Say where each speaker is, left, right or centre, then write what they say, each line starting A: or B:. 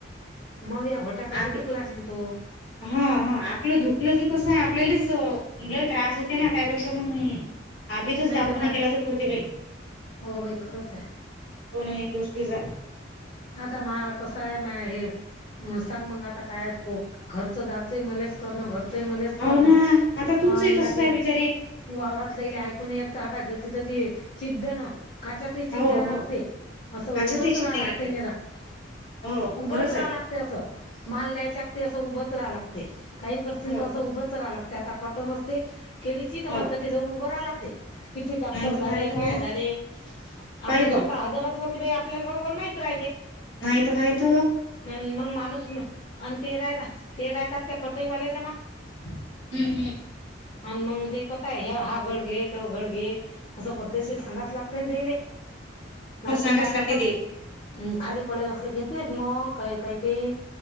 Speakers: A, on the left; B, on the left.
A: मंग या घोट्या पाशी
B: आप
A: दुखलाशेन तो
B: हा हा आपलं धुकलं की कस आपल्यालाच मुल त्रास होते ना त्यापेक्षा मग आदितच
A: नाही
B: दावाखाना
A: काय
B: केला तर पुरतय बाय
A: हो भाई खरंच आहे
B: कोणही गोष्टीच
A: आता महा कस आहे म हे सांग मग आता काय खो घरचं दारचं मलाच करणं घर मलाच
B: हो
A: करण
B: ना आता तुमचंही
A: अन
B: तसंच
A: लागे
B: आहे बिचारे
A: वावरात लयले ऐकून येत <unintelligible> तिय ती चिद्द न काच्यातही चिद्
B: हो
A: द्याय लागते
B: हो
A: असं उभच
B: काच्यातही
A: राहा
B: चित द्याय
A: लागत
B: लागते
A: <unintelligible>
B: हो
A: उभंच
B: खरंच
A: राहा
B: आहे
A: लागते अस माल द्यायच्या अस उभ राहा लागते काही करचीन
B: हो
A: तर
B: हो
A: असं उभंच राहा लागते आता कटु न असते केळीची तर म्हाला
B: हो
A: तटे जाऊन उभं राहा लागते किती टॅक्टर
B: नाही तर
A: झाले
B: तर
A: काय झाले
B: पाय
A: आपण
B: बा
A: स्वतः हजर असलो की बा आपल्याला बरोबर माहिती राहयते
B: माहित काहीत
A: मग माणूस म आणि ते राहताात ते राहतात त्या कटईवाल्या
B: हम्म हम्म.
A: आण मग ते कस आहे ह हा घड घे ते घड घे असं पद्धती सांगाच लागते तेले. नाही
B: हो सांगाच
A: ते काय
B: लागते
A: करतात.
B: ते
A: अं, खाली पडेल असले घेत नाहीत मग काही काही